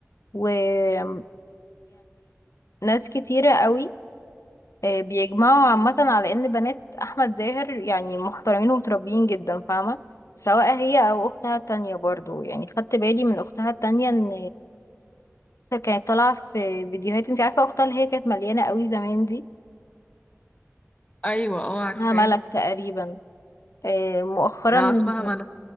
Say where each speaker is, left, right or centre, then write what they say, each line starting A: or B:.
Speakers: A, on the left; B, on the left.
A: ويعني ناس كتيرة قوي آه، بيجمعوا عامة على ان بنات احمد زاهر يعني محترمين ومتربيين جدا فاهمة سواء هي او اختها التانية برضو يعني خدت بالي من اختها التانية ان كانت طالعة في فيديوهات انت عارفة اختها اللي هي كانت مليانة قوي زمان دي
B: ايوه اه عارفاها
A: اسمها ملك تقريبا آه، مؤخرا
B: اه اسمها ملك